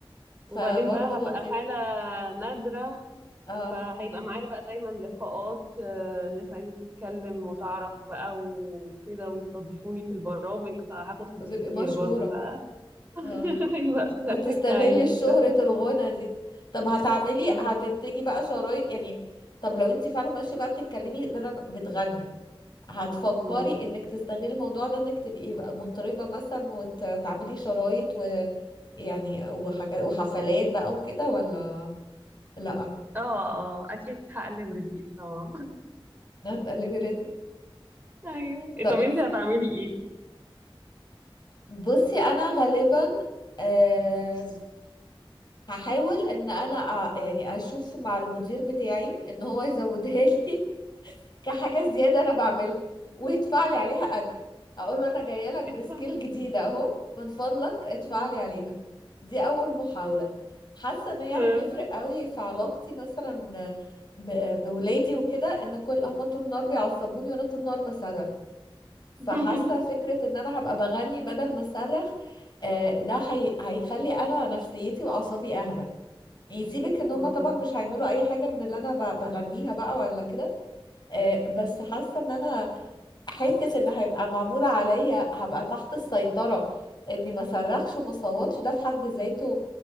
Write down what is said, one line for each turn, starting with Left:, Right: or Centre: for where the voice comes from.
Left: فبرضو
Right: وبعدين بقى
Left: لطيف
Right: هبقى حالة نادرة
Left: اه
Right: فهيبقى معايا بقى دايما لقاءات آه، ناس عايزة تتكلم وتعرف بقى وكده ويستضيفوني في البرامج فهاخد فلوس
Left: بتبقي
Right: كتير
Left: مشهورة
Right: برضو
Left: اه
Right: فهيبقى <laughs> فيها
Left: وتستغلي
Right: أكل عيش
Left: شهرة
Right: فاهم
Left: الغنى دي طب هتعملي
Right: اه
Left: هتنتجي بقى شرايط يعني طب لو انت فعلا ماشية بقى بتتكلمي بدل ما- بتغني هتفكري
Right: مم.
Left: انك تستغلي الموضوع ده انك تبقي بقى مضطربة مثلا وت- وتعملي شرايط ويعني وحاجات وحفلات بقى وكده ولا لا
Right: اه آه، أكيد هقلب رزقي طبعا
Left: هتقلبي رزق
Right: <laughs> أيوه إيه،
Left: طب
Right: طب انتي هتعملي ايه؟
Left: بصي انا غالبا آه هحاول ان انا أ- يعني اشوف مع المدير بتاعي ان هو يزودها لي <laughs> كحاجة زيادة أنا بعملها ويدفع لي عليها أجر أقول له أنا جاية لك
Right: <laughs>
Left: بسكيل جديدة أهو من فضلك ادفع
Right: مم.
Left: لي عليها دي أول محاولة حاسة إن هي
Right: آه.
Left: هتفرق قوي في علاقتي مثلا ب... بولادي وكده إن كل هما طول النهار بيعصبوني وأنا طول النهار بصرخ
Right: <laughs>
Left: فحاسة فكرة إن أنا هبقى بغني بدل ما أصرخ آه، ده هي... هيخلي أنا نفسيتي وأعصابي أهدى يعني سيبك إن هما
Right: مم.
Left: طبعا مش هيعملوا أي حاجة من اللي أنا ب... بغنيها بقى ولا كده آه، بس حاسه ان انا حته ان هيبقى معمول عليا هبقى تحت السيطره اني ما صرخش وما صوتش ده في حد ذاته